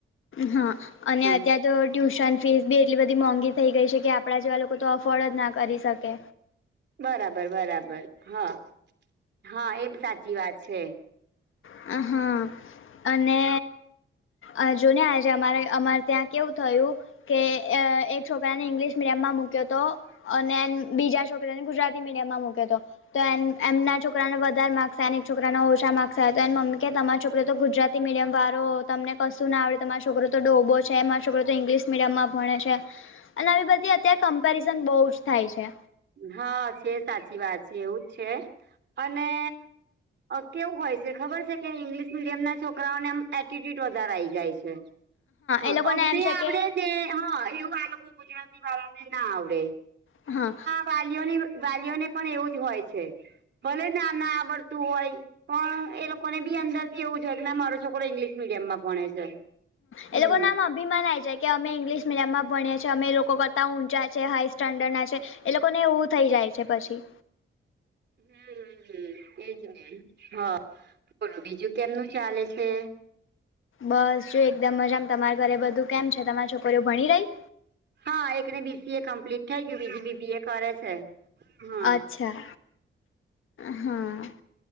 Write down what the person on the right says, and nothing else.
હા.
બરાબર બરાબર હા હા એ સાચી વાત છે.
હા છે સાચી વાત છે, એવુંજ છે અને કેવું હોય છે ખબર છે કે ઇંગ્લિશ મીડિયમના છોકરાઓને એમ એટિટ્યુડ વધારે આઈ જાય છે. હા
અગ્નિ
આપડે
જે હ એવુ ગુજરાતી વાળા ને ના આવડે.
વાલીની વાલીઓને પણ એવું જ હોય છે ભલે ના ના આવડતું હોય. પણ એ લોકોને બી અંદર થી એવું છેય કે ના મારો છોરો ઈંગ્લિશ મીડિયમમાં ભણે છે. હમ
હમ હ હમ એજ નહી હા બોલો બીજું કેમનું ચાલે છે?
હા એકને બીસીએ કમ્પ્લીટ થઈ ગયું બીજું બીબીએ કરે છે. હા